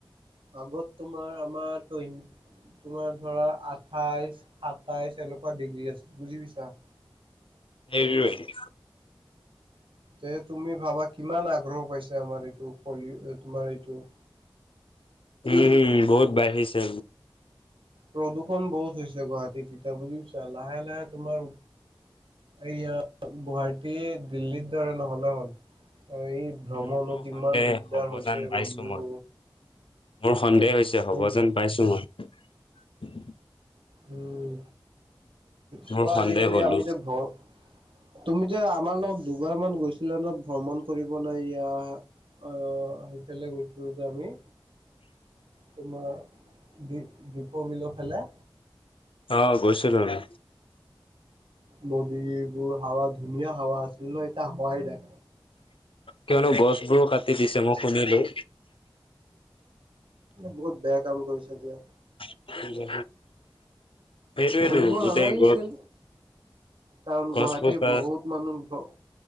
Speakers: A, on the right (about 75°); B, on the left (about 80°).
A: আগত তোমাৰ আমাৰ টইন তোমাৰ ধৰা আঠাইছ সাতাইছ এনেকুৱা ডিগ্ৰী আছে বুজি পাইছা।
B: হৰি <inaudible>
A: তে তুমি ভাবা কিমান আগ্ৰহ পাইছ আমাৰ এইটো কলি তোমাৰ এইটো
B: উম বহুত বাঢ়িছে
A: প্ৰদূষণ বহুত হৈছে গুৱাহাটীত এতিয়া বুজি পাইছা ছা লাহে লাহে তোমাৰ এয়াত গুৱাহাটী দিল্লীৰ দৰে নহলে হল এই ভ্ৰমণো
B: মোৰতো
A: কিমান
B: সন্দেহ
A: দিগদাৰ
B: হ'ব
A: হৈছে
B: যেন পাইছো
A: বন্ধু
B: মই। মোৰ সন্দেহ হৈছে হ'ব
A: এই
B: যেন পাইছো মই।
A: হম চোৱা
B: মোৰ সন্দেহ
A: আজিকালি
B: গলো
A: আমি যে ঘৰ তুমি যে আমাৰ লগত দুবাৰ মান গৈছিলে ন ভ্ৰমণ কৰিবলৈ এয়া অ সেইফালে গৈছো যে আমি তোমাৰ দি দীপত বিলৰ ফালে
B: অ', গৈছিলোঁ আমি।
A: নদীবোৰ হাৱা ধুনীয়া হাৱা আছিল ন এয়া হাৱাই নাই
B: কিয়নো গছবোৰো কাটি দিছে মই শুনিলো
A: বহুত বেয়া কাম কৰিছে দিয়া
B: সেই টোৱে
A: কৰিব
B: টো গতে
A: নালাগিছিল
B: গছ
A: কাৰণ
B: গছবোৰ
A: গুৱাহাটীৰ
B: কা
A: বহুত মানুহ